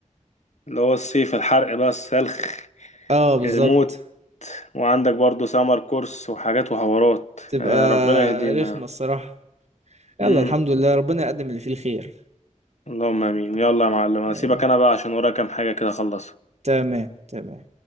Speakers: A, on the left; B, on the right.
A: اللي هو الصيف الحرق بقى السلخ
B: اه بالظبط
A: الموت وعندك برضو سمر كورس وحاجات وحوارات
B: بتبقى
A: آه، ربنا يهدينا
B: رخمة الصراحة يلا
A: امم
B: الحمد لله ربنا يقدم اللي فيه الخير
A: اللهم امين يلا يا معلم
B: آمين.
A: هسيبك انا بقى عشان ورايا كام حاجة كده اخلصها
B: تمام تمام